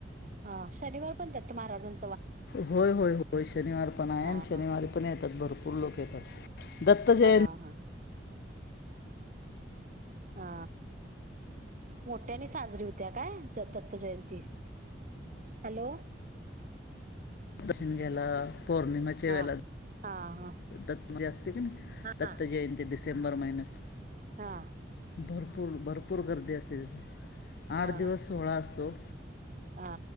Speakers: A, on the right; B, on the left.
A: हा शनिवार पण दत्त महाराजां
B: होय-होय-होय. शनिवार पण हाय
A: हा
B: आणि शनिवारी
A: हा
B: पण येतात. भरपूर लोकं येतात. दत्त जयं
A: हा हा हा. मोठ्यानी साजरी होत्या काय? ज दत्त जयंती. हॅलो!
B: दशिणग्याला, पौर्णिमाच्या
A: हा
B: वेळेला
A: हा हा
B: दत्त जे असते कने, दत्त
A: हा
B: जयंती डिसेंबर महिन्यात
A: हा.
B: भरपूर भरपूर गर्दी असते तिथं. आठ
A: हा
B: दिवस सोळा असतो.
A: हा